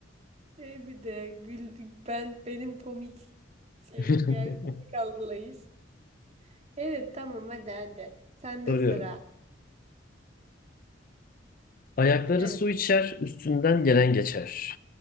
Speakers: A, on the right; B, on the left.
A: Şey bir de gül, ben benim komik şey
B: <laughs>
A: yani komik algılayış. Evet tamam hadi hadi. Sende
B: Soruyorum.
A: sıra.
B: Ayakları
A: Evet.
B: su içer, üstünden gelen geçer.